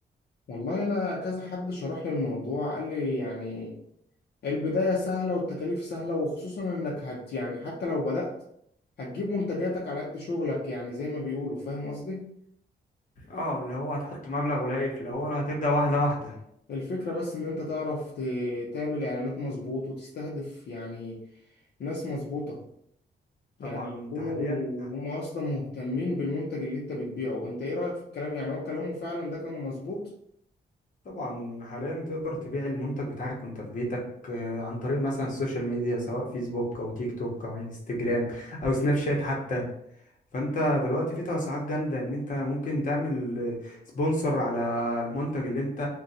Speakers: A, on the left (about 65°); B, on the left (about 45°).
A: والله انا كذا حد شرح لي الموضوع قال لي يعني البداية سهلة والتكاليف سهلة وخصوصا انك هت يعني حتى لو بدأت هتجيب منتجاتك على قد شغلك يعني زي ما بيقولوا فاهم قصدي
B: اه اللي هو هتحط مبلغ قليل في الأول وهتبدأ واحدة واحدة
A: الفكرة بس ان انت تعرف ت- تعمل اعلانات مظبوط وتستهدف يعني ناس مظبوطة يعني
B: طبعا انت
A: يكونوا
B: حاليا
A: هم اصلا مهتمين بالمنتج اللي انت بتبيعه انت ايه رأيك في الكلام يعني هو كلامه فعلا ده كان مظبوط
B: طبعا حاليا تقدر تبيع المنتج بتاعك وانت في بيتك آه، عن طريق مثلا السوشيال ميديا سواء فيسبوك او تيك توك او انستجرام او سناب شات حتى فانت دلوقتي في توسعات جامدة ان انت ممكن تعمل سبونسر على المنتج اللي انت